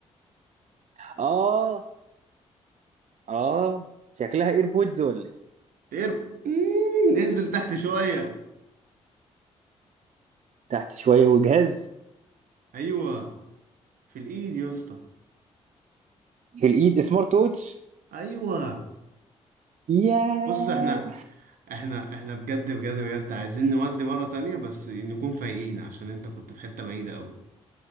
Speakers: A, on the right (about 55°); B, on the right (about 75°).
A: اه اه شكلها ايربودز ولا إيه؟
B: اير مم، انزل تحت شوية
A: تحت شويه وجهاز
B: ايوه في الايد يا اسطى
A: في الايد سمارت ووتش
B: ايوه
A: ياه
B: بص احنا احنا احنا بجد بجد بجد عايزين نودي مرة تانية بس نكون فايقين عشان انت كنت في حتة بعيدة قوي